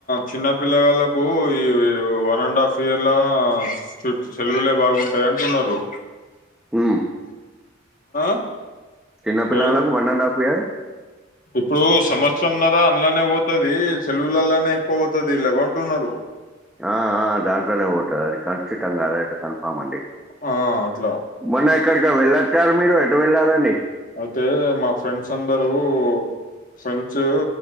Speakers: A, on the left; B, in the centre.
A: చిన్నపిలగల్లాకు ఈ వన్ అండ్ హాఫీయర్ల. చుట్ సెలువులే బాగుంటయంటున్నారు.
B: ఉమ్.
A: ఆ.
B: చిన్న
A: సెలవు
B: పిల్లలకు వన్ అండ్ హాఫీయర్.
A: ఇప్పుడు సంవత్సరం న్నారా అంళ్లనే పోతుది సేలువుల్లనే ఎక్కో వోతది ఇలాగాంటున్నారు.
B: అ ఆ దాంట్లనే వోతది ఖచ్చితంగా అదైతే కన్ఫామ్ అండి.
A: ఆ ఆ అట్లా.
B: మొన్న ఎక్కడికో వెళ్ళొచ్చారు మీరు ఎటువెళ్లారండి.
A: అయితే మా ఫ్రెండ్స్ఫ్రెండ్సందరూ. ఫ్రెండ్స్ ఊ